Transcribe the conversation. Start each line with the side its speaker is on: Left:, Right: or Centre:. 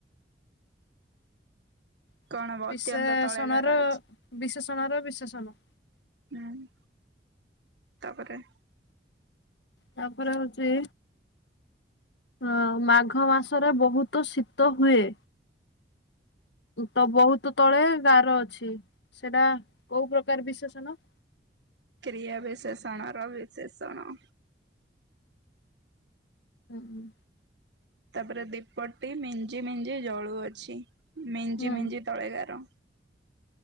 Left: <inaudible>
Right: କଣ ହବ
Left: ବିଶେଷଣର
Right: ଅତ୍ୟନ୍ତ ତଳେଗାର ଅଛି
Left: ବିଶେଷଣ ର ବିଶେଷଣ।
Right: ହୁଁ ତାପରେ?
Left: ତାପରେ ହଉଚି ହଁ ମାଘ ମାସରେ ବହୁତ ଶୀତ ହୁଏ। ତ ବହୁତ ତଳେ ଗାର ଅଛି ସେଟା କୋଉ ପ୍ରକାର ବିଶେଷଣ? <inaudible>
Right: କ୍ରିୟା ବିଶେଷଣର ବିଶେଷଣ
Left: ଉଁ ହୁଁ।
Right: ତାପରେ ଦୀପଟି ମିଞ୍ଜି ମିଞ୍ଜି ଜଳୁଅଛି। ମିଞ୍ଜି
Left: ହୁଁ
Right: ମିଞ୍ଜି ତଳେ ଗାର।